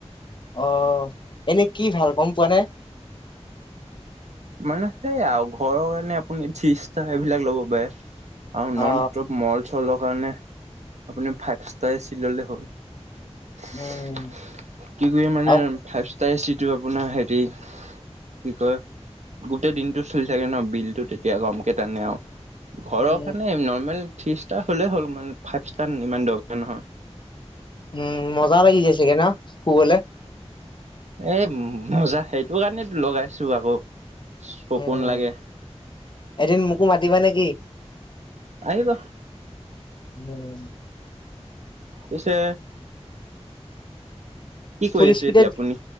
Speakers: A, on the left (about 45°); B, on the right (about 85°).
A: অঁ এনে কি ভাল, গম পোৱানে।
B: মানে সেই আৰু ঘৰৰ কাৰণে আপুনি থ্ৰী ষ্টাৰ এইবিলাক ল'ব পাৰে। আৰু নন
A: অ
B: ষ্টপ মল চলক কাৰণে আপুনি ফাইভষ্টাৰ এ চি ল'লে হ'ল। কি
A: উম
B: কৰি মানে
A: আৰু
B: ফাইভ ষ্টাৰ এ চি এইটো আপোনাৰ হেৰি, কি কয় গোটেই দিনটো চলি থাকে ন, বিলটো তেতিয়া কমকে টানে আৰু। ঘৰৰ
A: উম
B: কাৰণে নৰ্মেল থ্ৰী ষ্টাৰ হ'লেই হ'ল মানে ফাইভষ্টাৰ ইমান দৰকাৰ নহয়।
A: উম মজা লাগি গৈছে গে ন, শুবলে।
B: এ মজা, সেইটো কাৰণেটো লগাইছো আকৌ। চকু
A: উম,
B: নালাগে।
A: এদিন মোকো মাতিবা নেকি?
B: আহিব।
A: উম।
B: পিছে কি কৰি
A: ফুল
B: আছে
A: স্পীডত
B: এতিয়া আপুনি?